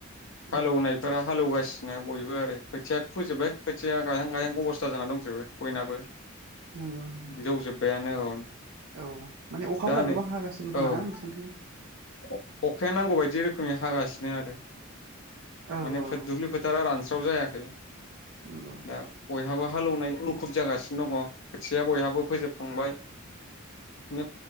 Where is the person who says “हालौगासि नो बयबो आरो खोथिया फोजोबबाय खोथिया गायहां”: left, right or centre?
Left